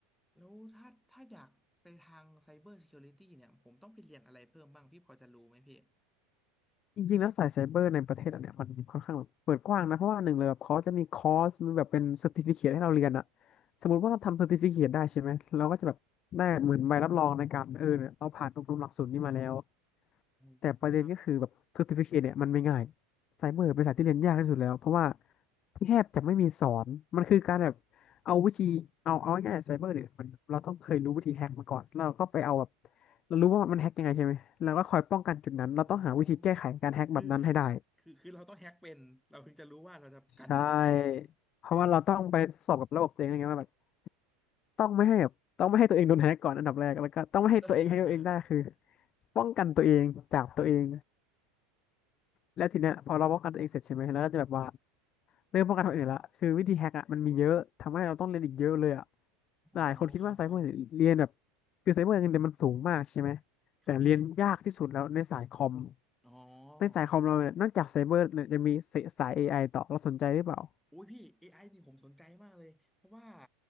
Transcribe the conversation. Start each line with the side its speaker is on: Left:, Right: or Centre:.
Centre: แล้วถ้าถ้าอยากไปทางไซเบอร์ซิเคียวริตี้เนี่ยผมต้องไปเรียนอะไรเพิ่มบ้างพี่พอจะรู้ไหมพี่
Left: จริงๆแล้วสายไซเบอร์ในประเทศเราเนี่ยมันค่อนข้างแบบเปิดกว้างนะเพราะว่าหนึ่งเลยแบบเขาจะมีคอร์สมีแบบเป็นเซอร์ติฟิเคทให้เราเรียนอะสมมติว่าเราทำเซอร์ติฟิเคทได้ใช่ไหมเราก็จะแบบได้เหมือนใบรับรองในการเออเนี่ยเราผ่านอบรมหลักสูตรนี้มาแล้ว
Centre: อ๋อครับ
Left: แต่ประเด็นก็คือแบบ certificate เนี่ยมันไม่ง่ายไซเบอร์เป็นสายที่เรียนยากที่สุดแล้วเพราะว่าแทบจะไม่มีสอนมันคือการแบบเอาวิธีเอาเอาง่ายๆไซเบอร์เนี่ยมันเราต้องเคยรู้วิธีแฮกมาก่อนแล้วเราก็ไปเอาแบบเรารู้ว่ามันแฮกยังไงใช่ไหมเราก็คอยป้องกันจุดนั้นเราต้องหาวิธีแก้ไขการแฮกแบบนั้นให้ได้
Centre: อ๋อคือคือคือเราต้องแฮกเป็นเราถึงจะรู้ว่าเราจะกันมันยังไง
Left: ใช่เพราะว่าเราต้องไปสอบกับระบบตัวเองนะไงว่าแบบ
Centre: โอ้
Left: ต้องไม่ให้แบบต้องไม่ให้ตัวเองโดนแฮกก่อนอันดับแรกแล้วก็ต้องไม่ให้ตัวเองให้ตัวเองได้คือ
Centre: เอ <laughs> อ
Left: ป้องกันตัวเองจากตัวเองแล้วทีเนี้ยพอเราป้องกันตัวเองเสร็จใช่ไหมแล้วก็จะแบบว่า เรื่องป้องกันคนอื่นละคือวิธีแฮกอ่ะมันมีเยอะ ทำให้เราต้องเรียนอีกเยอะเลยอ่ะ
Centre: โอ้ครับครับ
Left: หลายคนคิดว่าไซเบอร์เรียนแบบคือไซเบอร์เงินเดือนมันสูงมากใช่ไหม
Centre: ครับพี่
Left: แต่เรียนยากที่สุดแล้วในสายคอม
Centre: อ๋อ
Left: ในสายคอมเราเนี่ยนอกจากไซเบอร์เนี่ยจะมีสาย AI ต่อเราสนใจหรือเปล่า
Centre: โอ้ยพี่ AI นี่ผมสนใจมากเลยเพราะว่า